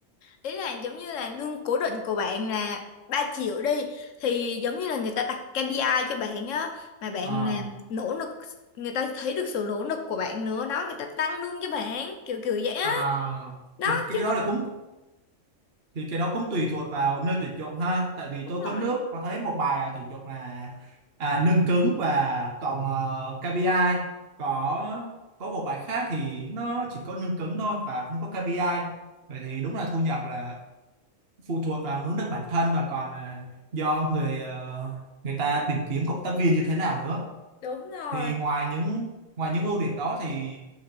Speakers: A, on the left; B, on the right.
A: ý là giống như là lương cố định của bạn là 3 triệu đi thì giống như là người ta đặt KPI cho bạn á mà bạn
B: à
A: làm nỗ lực người ta thấy được sự nỗ lực của bạn nữa đó người ta tăng lương cho bạn kiểu kiểu vậy á
B: à
A: đó
B: cái, cái cái
A: chứ
B: đó
A: không
B: là cũng thì cái đó cũng tùy thuộc vào nơi tuyển dụng ha tại vì
A: đúng
B: tôi
A: rồi
B: có nước có thấy một bài à, tuyển dụng là à, nương cứng và cộng ờ, KPI có có một bài khác thì nó chỉ có nương cứng thôi và không có KPI vậy thì đúng là thu nhập là phụ thuộc vào nỗ lực bản thân và còn à, do người ờ, người ta tìm kiếm cộng tác viên như thế nào nữa
A: đúng rồi
B: thì ngoài những ngoài những ưu điểm đó thì